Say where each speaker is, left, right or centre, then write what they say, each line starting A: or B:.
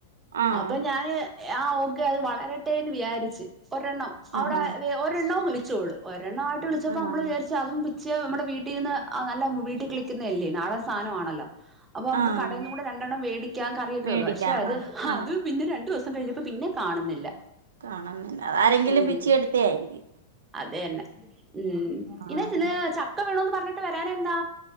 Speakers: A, on the right (about 90°); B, on the right (about 15°).
A: ആഹ്
B: അപ്പൊ ഞാന് ആഹ് ഓക്കെ അത് വളരട്ടെ എന്ന് വിചാരിച്ചച്ച് ഒരെണ്ണം അവിടെ
A: ആഹ് ആഹ്
B: ഒരെണ്ണോ വിളിച്ചോളൂ രണ്ണം ആട്ട വിളിച്ചപ്പോ നമ്മള്
A: ആഹ്
B: വിചാരിച്ച അതും പിച്ച് നുടെ വീട്ടീിൽ നിന്ന് ആ നല്ല വീട്ടിൽ കിളിക്കുന്നത അല്ലേ നാടൻ സാധനമാണല്ലോ അപ്പൊ നമുക്ക്
A: ആഹ്
B: കടേന്നും കൂടെ രണ്ടെണ്ണം മേടിക്കാം കറിയൊക്കെ
A: മേടിക്കാ
B: വെക്കാം പക്ഷെ അത്
A: ആഹ് ആഹ്
B: അത് പിന്നെ രണ്ടു ദിവ സം കഴിഞ്ഞപ്പോൾ പിന്നെ കാണുന്നില്ല
A: കാണുന്നില്ല അത് ആരെങ്കിലും
B: ഉം
A: പിച്ചി എടുത്ത ആരിക്കും
B: അത് തന്നെ <unintelligible>
A: ആഹ്
B: ഇന്ന് ചക്ക വേണോന്ന് പറഞ്ഞിട്ട് വരാഞ്ഞ എന്താ